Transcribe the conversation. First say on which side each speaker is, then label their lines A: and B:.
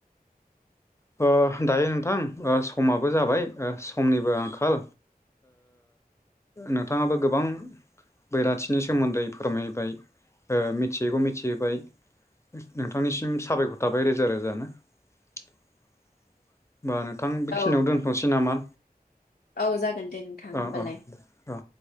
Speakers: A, on the left; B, on the left.
A: अ दायो नोंथां समाबो जाबाय समनिबो आंखाल नोंथाङाबो गोबां बैराथिनि सोमोन्दै फोरमायबाय मिथियैखौ मिथिहोबाय नोंथांनिसिम साबायखर थाबाय रोजा रोजानो। होनोबा नोंथां बेखिनियाव
B: औ
A: दोनथ'नोसै नामा?
B: औ जागोन दे नोंथां
A: औ
B: होमबालाय।
A: औ औ